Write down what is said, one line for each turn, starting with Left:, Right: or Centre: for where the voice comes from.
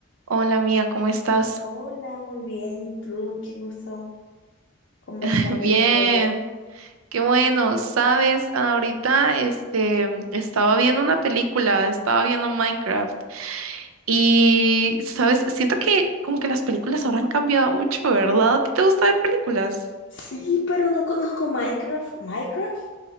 Right: Hola mía, ¿cómo estás?
Left: Hola, muy bien. ¿Y tú? Qué gusto conversar
Right: <laughs>
Left: de
Right: Bien,
Left: nuevo.
Right: qué bueno. Sabes, ahorita este estaba viendo una película, estaba viendo Minecraft y sabes, siento que como que las películas ahora han cambiado mucho, ¿verdad? ¿A ti te gusta ver películas?
Left: Sí, pero no conozco Minecraft. ¿Minecraft?